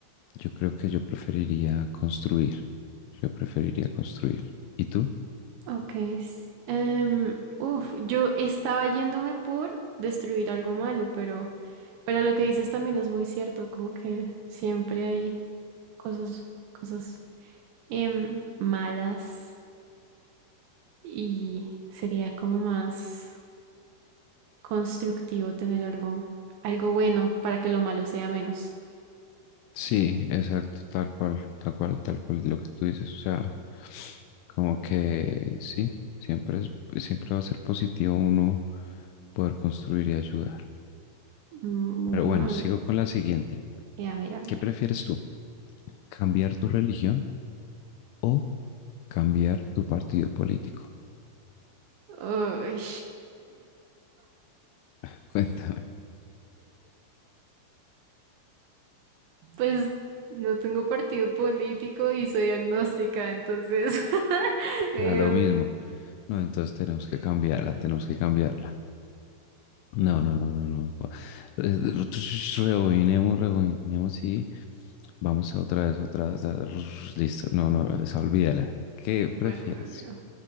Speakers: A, on the left (about 80°); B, on the right (about 75°).
A: yo creo que yo preferiría construir, yo preferiría construir. ¿Y tú?
B: Ok. s- em, uf, yo estaba yéndome por destruir algo malo, pero... Pero lo que dices también es muy cierto, como que siempre hay cosas, cosas em, malas y sería como más constructivo tener algo, algo bueno para que lo malo sea menos.
A: Sí, exacto, tal cual, tal cual, tal cual lo que tú dices. O sea, como que sí, siempre es, siempre va a ser positivo uno poder construir y ayudar.
B: Mm, Bueno,
A: Pero bueno,
B: a ver,
A: sigo con la siguiente.
B: eh, a ver, a ver.
A: ¿Qué prefieres tú? ¿Cambiar tu religión o cambiar tu partido político?
B: Uy,
A: <laughs> Cuéntame.
B: pues no tengo partido político y soy agnóstica, entonces <laughs> em,
A: Ya lo mismo. No, entonces tenemos
B: sí.
A: que cambiarla, tenemos que cambiarla. No, no, no, no, no. Eh, <tsk> Rebobinemos, rebobinemos y vamos a otra vez, otra vez. a- <tsk> Listo. No, no, esa olvídala. ¿Qué
B: Bueno,
A: prefieres?
B: me olvido.